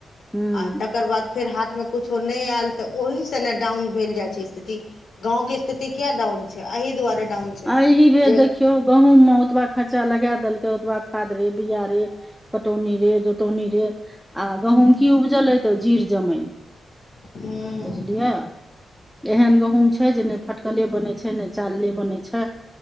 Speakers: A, in the centre; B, on the left.
A: हूँ
B: आ तकर बाद फेर हाथ मे कुछो नहि आयल त ओहि से ने डाउन भेल जाय छै स्थिति गांव के स्थिति किया डाउन छै ए दुआरे डाउन छै
A: एहि बेर
B: जे
A: देखियौ गहूंम मे ओतबा खर्चा लगा देलकै ओतबा खाद रे बिया रे पटौनी रे जोतौनी रे आ गहूँम की उपजले तऽ जीर जमाइन
B: हूँ
A: बुझलियै एहन गहूंम छै जे ने फटकले बने छै ने चालले बने छै